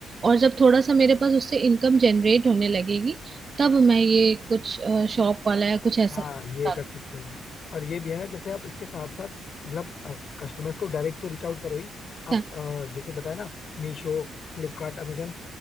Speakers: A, on the right; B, on the left.
A: और जब थोड़ा सा मेरे पास उससे इनकम जनरेट होने लगेगी तब मैं ये कुछ शॉप वाला या कुछ ऐसा
B: हाँ ये
A: करूँ।
B: कर सकते हो और ये भी है ना जैसे आप इसके साथ साथ मतलब कस्टमर्स को डायरेक्ट तो रीच आउट करो ही आप
A: हाँ
B: अ, जैसे बताया ना मीशो फ्लिपकार्ट अमेजन